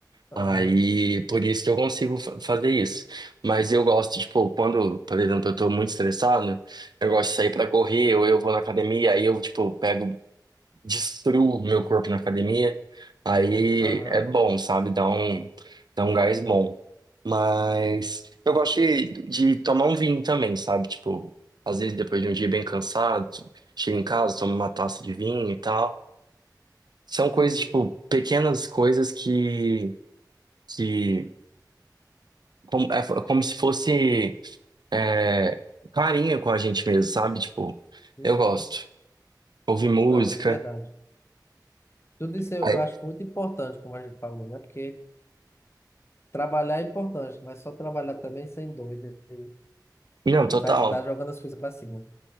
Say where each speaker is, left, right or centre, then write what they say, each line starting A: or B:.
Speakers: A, on the left (about 35°); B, on the right (about 70°).
A: Aham,
B: Aí, por isso que eu consigo fa- fazer isso. Mas eu gosto, tipo, quando, por exemplo, eu tô muito estressado, eu gosto de sair pra correr, ou eu vou na academia, aí eu, tipo, pego destruo meu corpo na academia. Aí
A: aham.
B: é bom, sabe? Dá um, dá um gás bom. Mas eu gosto de, de tomar um vinho também, sabe? Tipo, às vezes depois de um dia bem cansado, chego em casa, tomo uma taça de vinho e tal. São coisas,
A: Uhum.
B: tipo, pequenas coisas que, que como, é é como se fosse é, carinho com a gente mesmo, sabe? Tipo,
A: Uhum.
B: eu gosto. Ouvir música.
A: Não, é verdade. Tudo isso eu,
B: Aí-
A: eu acho muito importante, como a gente falou, né? Porque trabalhar é importante, mas só trabalhar também sem doido. E,
B: Não, total.
A: e vai afundar jogando as coisas pra cima.